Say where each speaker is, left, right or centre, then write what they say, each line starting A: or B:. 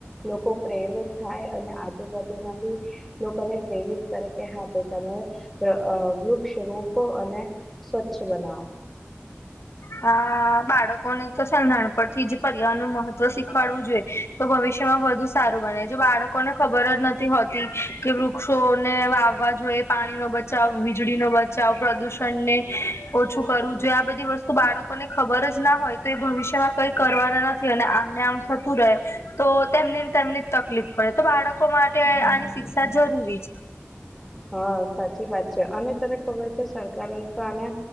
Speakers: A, in the centre; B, on the left.
A: લોકો પ્રેરિત થાય અને આજુબાજુનાં બી, લોકોને પ્રેરિત કરકે હા તો તમે ત અ વૃક્ષ રોપો અને, સ્વચ્છ બનાવ.
B: હા, બાળકોને તો સે નાન પનથી જ પરિવાર નું મહત્વ શીખવાડવું જોઈએ તો ભવિષ્યમાં વધુ સારું બને, જો બાળક કોને ખબર જ નથી હોતી કે, વૃક્ષોને વાવવા જોઈએ, પાણી નો બચાવ, વીજળી નો બચાવ, પ્રદુષણને ઓછું કરવું જોઈએ આ બધી વસ્તુ તો બાળકોને ખબર જ ના હોય તો એ ભવિષ્યમાં કઈ કરવાના નથી અને આમને આમ થતું રહે. તો તેમની તેમને જ તકલીફ પડે, તો બાળકો માટે આની શિક્ષા જરૂરી છે.
A: હા સાચી વાત છે, અને તને ખબર કે સરકારે તો આના,